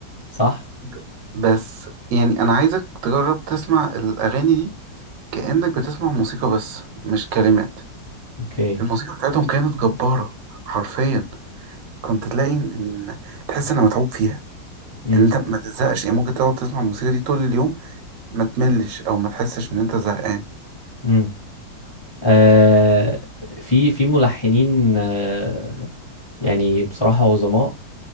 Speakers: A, on the left; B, on the right.
A: صح
B: ب- بس يعني أنا عايزك تجرب تسمع الأغاني دي كأنك بتسمع موسيقى بس مش كلمات
A: اوكي
B: الموسيقى بتاعتهم كانت جبارة حرفيا كنت تلاقي إن إن تحس إن متعوب فيها
A: امم
B: إن أنت ما تزهقش يعني ممكن تقعد تسمع الموسيقى دي طول اليوم ما تملش أو ما تحسش إن أنت زهقان
A: امم آه في في ملحنين آه يعني بصراحه عظماء